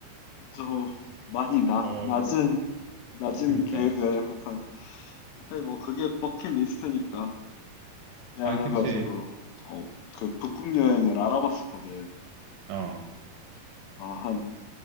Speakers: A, on the left; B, on the right.
A: 좀 많이 낮,
B: 어
A: 낮은, 낮은
B: 그니까
A: 계획을 항상. 근데 뭐 그게 버킷리스트니까. 내가
B: 아
A: 그래가지고
B: 그치
A: 어, 그 북극 여행을 알아봤었거든.
B: 어 <gasps>
A: 아, 한